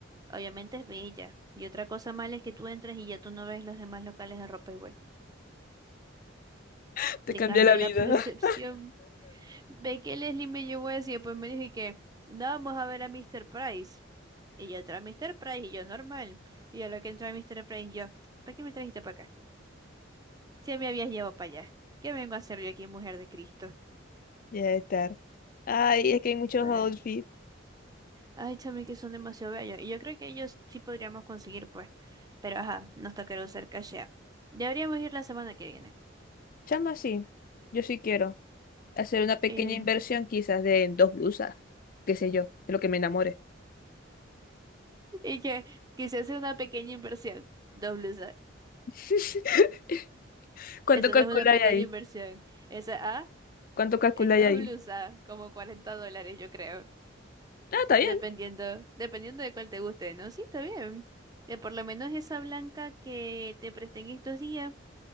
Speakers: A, on the right; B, on the left.
A: Obviamente es bella. Y otra cosa mala es que tú entras y ya tú no ves los demás locales de ropa igual.
B: <laughs> Te
A: Te
B: cambié
A: cambia
B: la vida.
A: la <laughs> percepción.
B: <laughs>
A: Ve que Leslie me llevó así, y después me dije que "No, vamos a ver a Mister Price. Y yo entré a Mister Price y yo normal. Y a lo que entré a Mister Price yo, ¿para qué me trajiste para acá? Si me habías llevado para allá. ¿Qué vengo a hacer yo aquí, mujer de Cristo?
B: Ya estar. Ay, es que hay muchos
A: Pero,
B: outfits.
A: ay, chame, que son demasiado bellos. Y yo creo que ellos sí podríamos conseguir, pues. Pero ajá, nos tocará usar cachea. Deberíamos ir la semana que viene.
B: Chama, sí. Yo sí quiero hacer una pequeña
A: Eh,
B: inversión, quizás de en dos blusas. Qué sé yo, de lo que me enamore.
A: Y que quise hacer una pequeña inversión. Dos blusas.
B: <laughs> ¿Cuánto
A: Eso
B: calculáis
A: no es una pequeña
B: ahí?
A: inversión. Esa A,
B: ¿Cuánto calculáis
A: en dos
B: ahí?
A: blusas, como 40 dólares, yo creo.
B: Ah, está
A: Dependiendo,
B: bien.
A: dependiendo de cuál te guste, ¿no? Sí, está bien. Eh, por lo menos esa blanca que te presté en estos días,